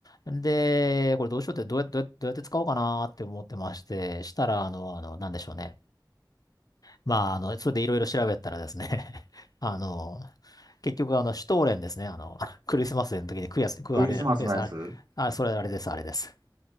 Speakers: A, on the left (about 55°); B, on the right (about 65°).
A: で、これどうしようって、どうやって、どうやってどうやって使おうかなって思ってまして、したら、あの、あの、なんでしょうね。まあ、あの、それでいろいろ調べたらですね、<laughs> あの、結局、あの、シュトーレンですね、あの、クリスマスの時に食うやつ、食うあれ、
B: クリスマスのやつ
A: 食うやつ、あれ、あれ、それあれです、あれです。